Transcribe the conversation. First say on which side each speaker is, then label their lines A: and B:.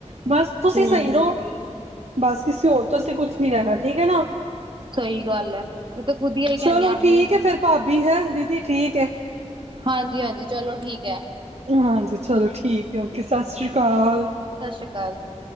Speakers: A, on the right; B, on the right.
A: ਬਸ ਤੁਸੀਂ
B: ਹੂੰ
A: ਸਹੀ ਰਹੋ, ਬਸ ਕਿਸੇ ਹੋਰ ਤੋਂ ਅਸੀਂ ਕੁਛ ਨੀ ਲੈਣਾ ਠੀਕ ਹੈ ਨਾ।
B: ਸਹੀ ਗੱਲ ਐ, ਮੈਂ ਤੇ ਖੁਦੀ ਹੀ ਕਹਿੰਦੇ
A: ਚਲੋ
B: ਆ ਵੀ
A: ਠੀਕ ਐ ਫਿਰ ਭ ਵੀ ਹੈ ਦੀਦੀ ਠੀਕ ਹੈ।
B: ਹਾਂਜੀ-ਹਾਂਜੀ ਚਲੋ ਠੀਕ ਐ।
A: ਹਾਂਜੀ ਚਲੋ ਠੀਕ ਐ, ਓਕੇ ਸਤਿ ਸ਼੍ਰੀ ਅਕਾਲ।
B: ਸਤਿ ਸ਼੍ਰੀ ਅਕਾਲ ਜੀ।